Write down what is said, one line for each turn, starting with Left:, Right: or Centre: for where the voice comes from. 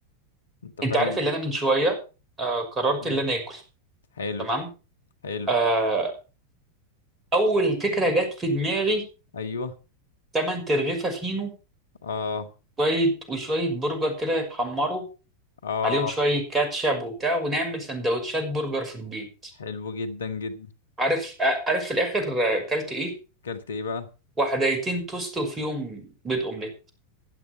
Left: انت فاهم
Right: انت عارف
Left: الفكرة
Right: اللي انا من شويه آه قررت
Left: مم.
Right: اللي انا اكل
Left: حلو
Right: تمام
Left: حلو
Right: آه، اول فكره جت في دماغي
Left: ايوه
Right: تمن ترغيفه فينو
Left: اه
Right: شويه وشويه برجر كده يتحمروا
Left: اه
Right: عليهم شويه كاتشب وبتاع ونعمل سندوتشات برجر في البيت
Left: حلو جدا جدا
Right: عارف آه، عارف في الاخر آه، اكلت ايه
Left: اكلت ايه بقى
Right: وحدايتين توست وفيهم بيض اومليت